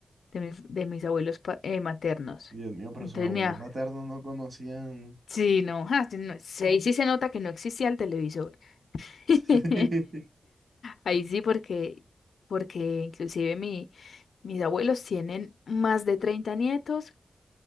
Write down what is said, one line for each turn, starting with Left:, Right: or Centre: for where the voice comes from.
Left: de mi- de mis abuelos pa- eh, maternos.
Right: Dios mío, pero
Left: Entonces,
Right: sus abuelos
Left: mira,
Right: maternos no conocían.
Left: sí, no, ja, sí, no, sí, ahí sí se nota que no existía el televisor.
Right: <laughs>
Left: <laughs> Ahí sí, porque, porque inclusive mi, mis abuelos tienen más de 30 nietos,